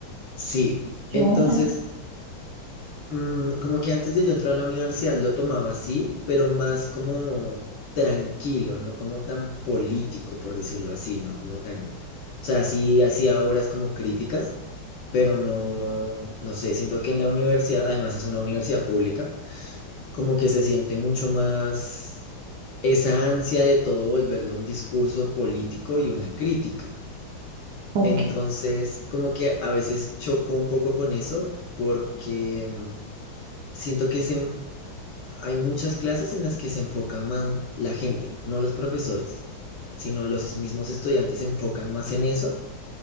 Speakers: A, on the left; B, on the right.
A: sí.
B: Qué
A: Entonces,
B: bueno.
A: Mm, como que antes de yo entrar a la universidad lo tomaba así, pero más como tranquilo, no como tan político, por decirlo así, no como tan... O sea, sí hacía obras como críticas, pero no, no sé, siento que en la universidad, además es una universidad pública, como que se siente mucho más esa ansia de todo volverlo un discurso político y una crítica.
B: Ok.
A: Entonces, como que a veces choco un poco con eso porque... mm, Siento que se, hay muchas clases en las que se enfoca más la gente, no los profesores, sino los es- mismos estudiantes se enfocan más en eso